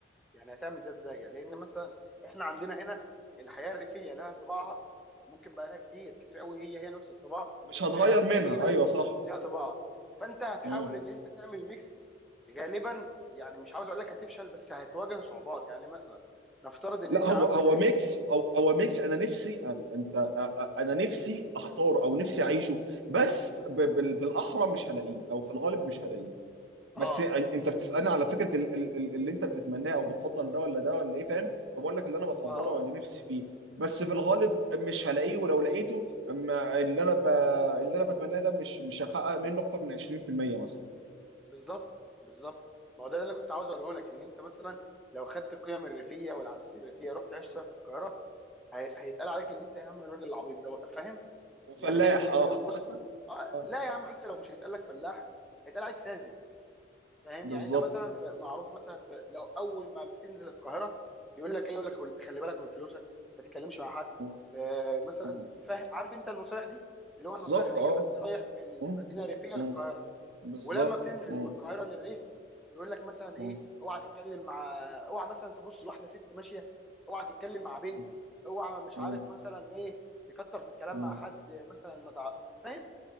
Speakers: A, in the centre; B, on the right.
A: يعني هتعمل ده ازاي يعني لان مثلا احنا عندنا هنا الحياه الريفيه لها طباعها ممكن بقى لها كتير كتير قوي هي هي نفس الطباع
B: مش هتغير
A: والحياه في
B: منها
A: المدينه
B: ايوه صح
A: لها طباع فانت هتحاول
B: امم
A: ان انت تعمل ميكس غالبا يعني مش عاوز اقول لك هتفشل بس هتواجه صعوبات يعني مثلا نفترض ان
B: لا
A: انت
B: هو
A: عاوز
B: هو
A: تعيش
B: ميكس او هو ميكس انا نفسي أ- انت أ- أ- انا نفسي اختاره او نفسي اعيشه بس ب- بال- بالاحرى مش هلاقيه او في الغالب مش هلاقيه
A: اه
B: بس أ- انت بتسالني على فكره ال- ال- ال- اللي انت بتتمناه او بتفضل ده ولا ده ولا ايه فاهم فبقول لك اللي انا بفضله
A: اه اه
B: واللي نفسي فيه بس في الغالب مش هلاقيه ولو لقيته ما- اللي انا ب... اللي انا بتمناه ده مش مش هحقق منه اكتر من 20% مثلا
A: بالظبط بالظبط ما هو ده اللي انا كنت عاوز اقوله لك ان انت مثلا لو خدت القيم الريفيه والعادات الريفيه رحت عشت فيها في القاهره هي- هيتقال عليك ان انت يا عم الراجل العبيط ده فاهم
B: وفلاح
A: يعني دايما ان احنا
B: اه
A: بنبص
B: <laughs>
A: اه
B: آه،
A: لا يا عم حتى لو مش هيتقال لك فلاح هيتقال عليك ساذج فاهم
B: بالظبط
A: يعني انت مثلا في معروف مثلا في لو اول ما بتنزل القاهره يقول لك ايه يقول لك خل- خلي بالك من فلوسك ما تتكلمش مع حد
B: م-
A: آه مثلا
B: م.
A: فاهم عارف انت النصايح دي اللي
B: بالظبط
A: هو النصايح اي
B: اه
A: حد رايح من
B: م-
A: مدينه ريفيه
B: م.
A: للقاهره
B: بالظبط
A: ولما بتنزل
B: مم.
A: من القاهره للريف يقول لك مثلا ايه
B: مم.
A: اوعى تتكلم مع اوعى مثلا تبص لواحده ست ماشيه اوعى تتكلم مع بنت
B: مم.
A: اوعى مش
B: مم.
A: عارف مثلا ايه تكتر في الكلام
B: مم.
A: مع حد مثلا ما تع... فاهم